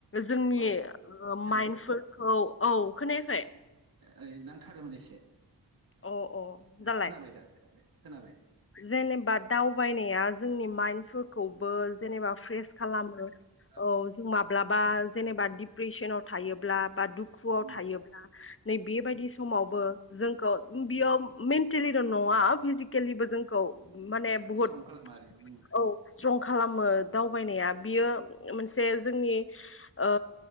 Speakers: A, on the left (about 35°); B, on the right (about 60°).
A: जोंनि
B: औ हेलौ
A: माइन्डफोरखौ औ खोनायाखै
B: ओइ नांथादोंमोन एसे
A: अ औ दालाय
B: खोनाबाय दा खोनाबाय खोनाबाय
A: जेनेबा दावबायनाया जोंनि माइन। बो जेनेबा फ्रेस खालामो
B: औ
A: माब्लाबा जेनेबा डिप्रेसनाव थायोब्ला बा दुखुआव
B: उम
A: थायोब्ला नै बेबायदि समावबो
B: औ
A: जोंखौ बियो मेन्टेलिल नङा फिजिकेलिबो जोंखौ माने बुहुत
B: स्ट्रं खालामो आरो उम
A: औ स्ट्रं खालामो दावबायनाया बियो मोनसे जोंनि ओ